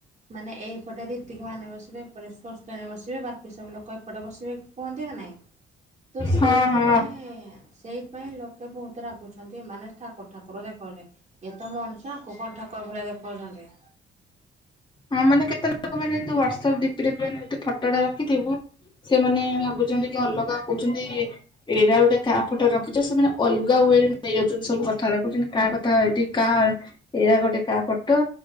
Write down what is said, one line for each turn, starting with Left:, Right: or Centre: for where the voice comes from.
Right: ମାନେ ଏଇପଟେ ଏତିକି ମାନେ ବସିବେ ଏପଟେ ସୁସ୍ଥରେ ବସିବେ ବାକି ସବୁ ଲୋକ ଏପଟେ ବସିବେ କୁହନ୍ତି ନା ନାଇଁ। ତ ସେଇଥିପାଇଁ
Left: ହଁ ହଁ
Right: ସେଇଥିପାଇଁ ଲୋକେ ବହୁତ ରାଗ ଏମାନେ ଠାକୁର ଠାକୁର ଦେଖାଉଛନ୍ତି ଏ ତ ମଣିଷ ଆଙ୍କୁ କଣ ଠାକୁର ଭଳିଆ ଦେଖଉଛନ୍ତି।
Left: ହଁ ମାନେ କେତେ ଲୋକ ମାନେ ଏମିତି ହ୍ଵାଟ୍ସପ୍ ଡିପିରେ ବି ଆମେ ଏମିତି ଫଟୋଟା ରଖିଥିବୁ ସେମାନେ ଭାବୁଛନ୍ତି କି ଅଲଗା କହୁଛନ୍ତି ଏଇରା ଗୋଟେ କାହା ଫଟୋ ରଖିଛ ସେମାନେ ଅଲଗା ୱେରେ ନେଇଯାଉଛନ୍ତି ସବୁ କଥାଗୁରା। କହୁଛନ୍ତି କାହା ତ ଏଠି କାହା ଏଇରା ଗୋଟେ କାହା ଫଟ